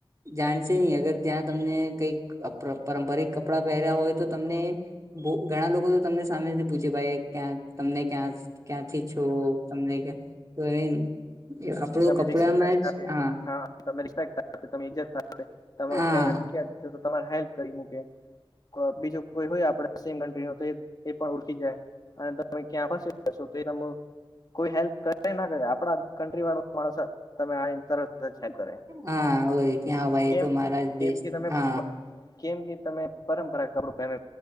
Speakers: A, on the right; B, on the left.
A: જાણશે નહી અગર ત્યાં તમને કઈક પારંપરિક કપડા પહેર્યા હોય તો તમને ઘણા લોકો તો તમને સામેથી પૂછે ભાઈ ક્યાં તમને ક્યાં ક્યાંથી છો ત તો એ આપણું
B: તમે
A: કપડામાં
B: રિસ્પેક્ટ
A: જ,
B: આપે
A: હા.
B: તમે રિસ્પેક્ટ આપે, તમે ઈજત આપે, તમે
A: હા
B: કઈ <inaudible> તમા હેલ્ કરી મૂકે. બીજો કોઈ હોય આપડ એ પણ ઓળખી જાય અને તમે ક્યાં પાસે જશો તો ત કોઈ હેલ્પ કરે ના કરે આપડા કન્ટ્રી વાળો માણસ તમે તર ચેક કરે.
A: હા હોય ત્યાં ભાઈ
B: કેમ
A: તો મારા જ
B: કેમ
A: દેશ
B: કે તમે
A: હા
B: કેમકે તમે પરંપરા કડું પેહરે